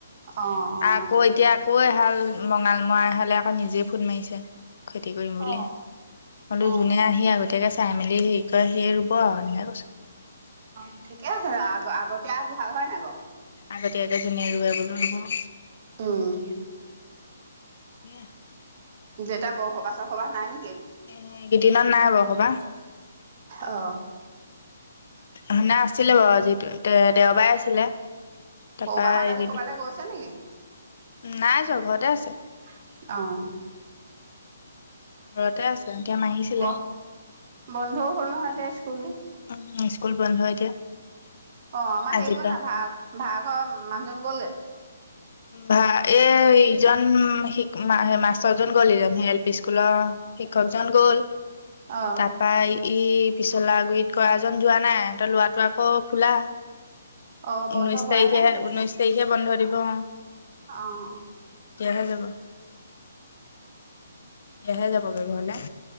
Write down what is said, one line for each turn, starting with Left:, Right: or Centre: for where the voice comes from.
Right: অ', অ',
Left: আকৌ
Right: ঠিকে
Left: এতিয়া
Right: আছে।
Left: আকৌ এহাল মঙালমৰা এহালে আকৌ নিজে ফোন মাৰিছে। খেতি কৰিম বুলিয়
Right: অ',
Left: হলো
Right: অ',
Left: যোনে আহি আগতে। তেতিাকে চাই মেলি সে কয় সি ৰুব আৰু সনেক কৈছোন।
Right: অ ঠিকে আছে আগ আগত ভাল হয় নাই বাৰু।
Left: আগত আগে ধুনে ৰৰুৱাবলৈ হব।
Right: উম।
Left: নয়া।
Right: যেতিয়া বৰসবা চসবা নাই ন।
Left: এ এইকেইদিনত নাই বসবা
Right: অ',
Left: এ নে আছিলে বাৰু যিটো দে দেওবাৰে আছিলে। তাৰপা
Right: সৰু বাহঁত
Left: এই
Right: আজি
Left: কিবি
Right: ক'ৰবালৈ গৈছে নেকি?
Left: নাই যোৱা ঘৰতে আছে।
Right: অঁ।
Left: ঘৰতে আছে এতিয়া মাৰিছিলে
Right: গ- বন্ধও হ'ল নহয় এতিয়া
Left: উ।
Right: স্কুলবোৰ।
Left: স্কুল বন্ধ হয় এতিয়া।
Right: অ আমাৰ
Left: আজিৰ
Right: হেৰি গ'ল
Left: পৰা
Right: না ভা ভাৰাঘৰ মানুহজন গ'লগে।
Left: ভা এ ইজন মাষ্টৰজন গ'ল যাম স এল পি স্কুলৰ। শিক্ষকজন গ'ল
Right: অ',
Left: তাৰপই। ই পিছলা গুৰিত কৰা এ যোৱা নাই সিহতৰ লৰাটো আকৌ খোলা।
Right: অ বন্ধ
Left: ঊনৈশ
Right: হোৱাই
Left: তাৰিখেহে
Right: নাই নে
Left: ঊনৈশ
Right: সিত।
Left: তাৰিখে বন্ধ দিব অ
Right: আহ।
Left: তেতিয়াহে যাব তেতিয়াহে যাব পাৰিব হলে।